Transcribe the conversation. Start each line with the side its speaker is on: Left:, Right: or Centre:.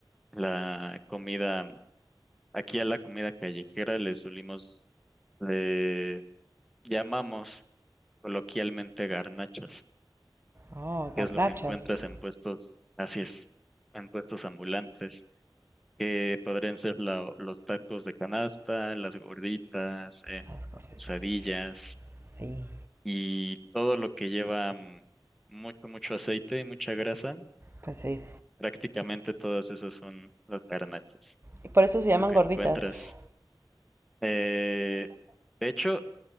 Centre: la comida, aquí a la comida callejera le solimos, le llamamos coloquialmente garnachas,
Right: Oh, garrachas.
Centre: que es lo que encuentras en puestos, así es, en puestos ambulantes, que podrían ser la- los tacos de canasta, las gorditas, eh,
Right: Las gorditas.
Centre: quesadillas
Right: Sí,
Centre: y todo lo que lleva mm, mucho, mucho aceite y mucha grasa,
Right: pues sí.
Centre: prácticamente todas esas son las garnachas,
Right: Y por eso se llaman
Centre: lo que
Right: gorditas.
Centre: encuentras. Eh, de hecho,